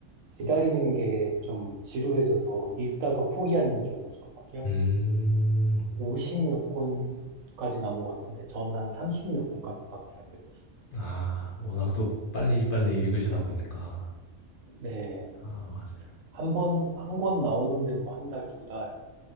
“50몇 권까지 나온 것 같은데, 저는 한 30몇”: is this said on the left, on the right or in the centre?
Right